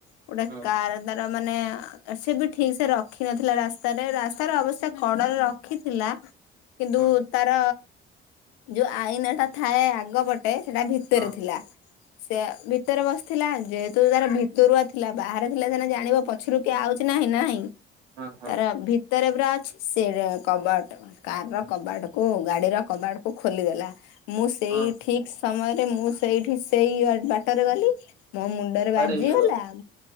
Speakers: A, on the left; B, on the right.
A: ଗୋଟେ
B: ହଁ
A: କାର ତାର ମାନେ ସେ, ବି ଠିକ୍ ସେ ରଖ- ରଖିନଥିଲା। ରାସ୍ତାରେ ରାସ୍ତାର ଅବଶ୍ୟ କଡରେ ରଖିଥିଲା। କିନ୍ତୁ,
B: ହଁ
A: ତାର ଯୋଉ ଆଇନା ଟା ଥାଏ ଆଗ ପ ଟେ ସେଟା ଭିତରେ
B: ହଁ
A: ଥିଲା। ସେଇୟା ଭିତରେ ବସିଥିଲା ଯେହେତୁ ତାର ଭିତରୁଆ ଥିଲା। ବାହାରେ ଥିଲା ସିନା ଜାଣିବ ପଛରୁ କିଏ ଆଉଚି ନାହିଁ ନାହିଁ।
B: ହଁ ହଁ।
A: ତାର ଭିତରେ ପୁରା ଅଛି ସେରା କବାଟ। କାର୍ ର କବାଟକୁ ଗାଡିର କବାଟକୁ ଖୋଲିଦେଲା। ମୁଁ ସେଇ
B: ହଁ
A: ଠିକ୍ ସମୟରେ ମୁଁ ସେଇଠି ସେଇ ବା-ବାଟରେ ଗଲି। ମୋ ମୁଣ୍ଡରେ
B: କୁଆଡେ
A: ବାଜିଗଲା।
B: ହେଇଗଲ?